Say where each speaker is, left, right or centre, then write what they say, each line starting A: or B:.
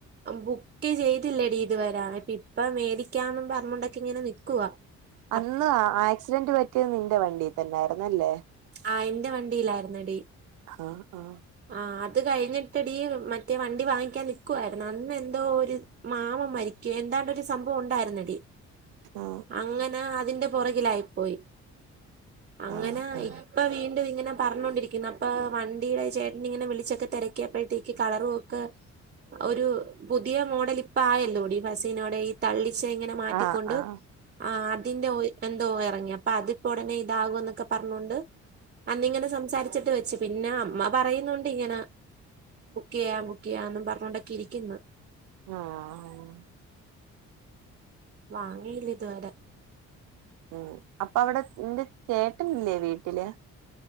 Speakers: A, on the right; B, on the right.
A: ബുക്ക് ചെയ്തില്ലടീ ഇത് വരെ ഇപ്പം മേടിക്കാന്നും പറഞ്ഞോണ്ടക്കെ ഇങ്ങനെ നിക്കുവാ <inaudible>
B: അന്ന് ആക്സിഡന്റ് പറ്റിയത് നിന്റെ വണ്ടി തന്നായിരുന്ന് അല്ലേ
A: ആഹ് ഇന്റെ വണ്ടീലാരുന്നടി
B: ആഹ് ആഹ്
A: ആഹ് അത് കഴിഞ്ഞിട്ടടീ മറ്റേ വണ്ടി വാങ്ങിക്കാൻ നിക്കുവായിരുന്നു അന്ന് എന്തോ ഒര് മാമൻ മരിക്ക്യാ എന്താണ്ടോരു സംഭവം ഉണ്ടായിരുന്നടി
B: ആഹ്
A: അങ്ങനെ അതിന്റെ പൊറകിലായിപോയി അങ്ങനെ
B: ആഹ് ആഹ്
A: ഇപ്പ വീണ്ടും ഇങ്ങനെ പറഞ്ഞോണ്ടിരിക്കുന്നു അപ്പ വണ്ടിയിടെ ചേട്ട ചേട്ടനെ പിന്നിങ്ങനെ വിളിച്ചൊക്കെ തിരക്കിയപ്പഴത്തേക്ക് കളറും ഒക്കെ ഒരു പുതിയ മോഡൽ ഇപ്പ ആയല്ലോടി ഫസീനോടെ ഈ തള്ളിച്ച ഇങ്ങനെ മാറ്റിക്കൊണ്ട്
B: ആഹ് ആഹ് ആഹ്
A: ആഹ് അതിന്റെ ഓയിൽ എന്തോ ഇറങ്ങി അപ്പം അതിപ്പ ഒടനെ ഇതാകും എന്നൊക്കെ പറഞ്ഞോണ്ട് അന്നിങ്ങനെ സംസാരിച്ചിട്ട് വെച്ച് പിന്നെ അമ്മ പറയുന്നൊണ്ട് ഇങ്ങനെ ബുക്ക് ചെയ്യാം ബുക്ക് ചെയ്യാം എന്നും പറഞ്ഞോണ്ടൊക്കെ ഇരിക്കുന്നു
B: ആഹ്
A: വാങ്ങിയില്ല ഇതുവരെ
B: ഉമ് അപ്പ അവിടെ നിന്റെ ചേട്ടൻ ഇല്ലേ വീട്ടില്ല്